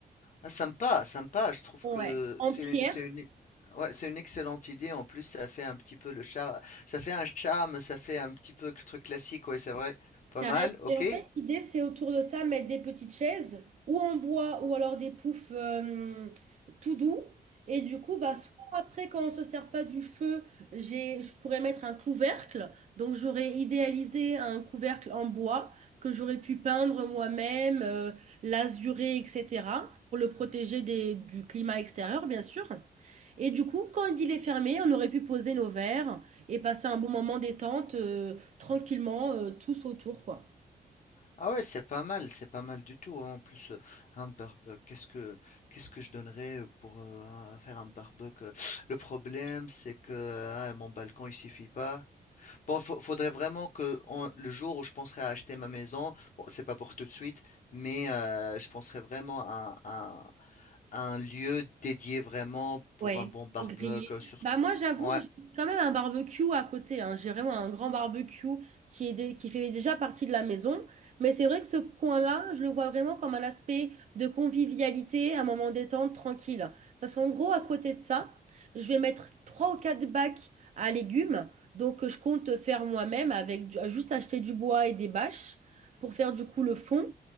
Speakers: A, on the left; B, on the right.
A: ah, sympa, sympa. Je trouve
B: Ouais,
A: que
B: en
A: c'est
B: pierre.
A: une, c'est une, ouais, c'est une excellente idée. En plus, ça fait un petit peu le charme, ça fait un charme, ça fait un petit peu le truc classique. Ouais, c'est vrai. Pas
B: Carrément.
A: mal. Ok.
B: Et en fait, l'idée, c'est autour de ça, mettre des petites chaises, ou en bois, ou alors des poufs euh, tout doux. Et du coup, bah, soit après, quand on ne se sert pas du feu, j'ai, je pourrais mettre un couvercle. Donc, j'aurais idéalisé un couvercle en bois que j'aurais pu peindre moi-même, euh, l'azurer, etc., pour le protéger des- du climat extérieur, bien sûr. Et du coup, quand il est fermé, on aurait pu poser nos verres et passer un bon moment détente. euh, tranquillement, euh, tous autour, quoi.
A: Ah ouais, c'est pas mal, c'est pas mal du tout. hein. En plus, euh, un barbecue, qu'est-ce que qu'est-ce que je donnerais euh, pour euh, un- faire un barbecue? euh. Le problème, c'est que ah, mon balcon, il suffit pas. Bon, fa- faudrait vraiment que en- le jour où je penserais à acheter ma maison, bon, c'est pas pour tout de suite, mais euh, je penserais vraiment à un, à un lieu dédié vraiment pour
B: Ouais,
A: un bon barbecue.
B: pour griller.
A: Surtout,
B: Bah moi, j'avoue
A: ouais.
B: que j'ai quand même un barbecue à côté. hein. J'ai vraiment un grand barbecue qui est dé- qui fait déjà partie de la maison. Mais c'est vrai que ce coin-là, je le vois vraiment comme un aspect de convivialité, un moment détente, tranquille. Parce qu'en gros, à côté de ça, je vais mettre trois ou quatre bacs à légumes. Donc, que je compte faire moi-même avec du- juste acheter du bois et des bâches pour faire du coup le fond.